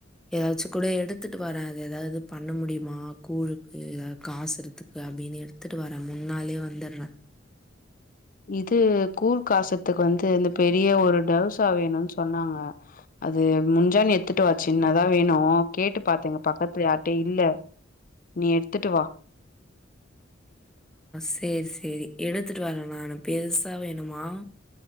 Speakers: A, in the centre; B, on the left.
A: எதாச்சு கூட எடுத்துட்டு வரே எதாது பண்ண முடியுமா கூழுக்கு காசுறதுக்கு அப்படின்னு எடுத்துட்டு வரன் முன்னாலயே வந்தர் ற
B: இது கூழ் காசர்த்துக்கு வந்து இந்த பெரிய ஒரு டவுசா வேணுன்னு சொன்னாங்க அது முஞ்ஜா நீ எத்துட்டு வா சின்னதா வேணு கேட்டு பாத்தே இங்க பக்கத்துல யார்ட்டயு இல்ல நீ எடுத்துட்டு வா
A: சேரி சேரி எடுத்துட்டு வர நானு பெர்சா வேணுமா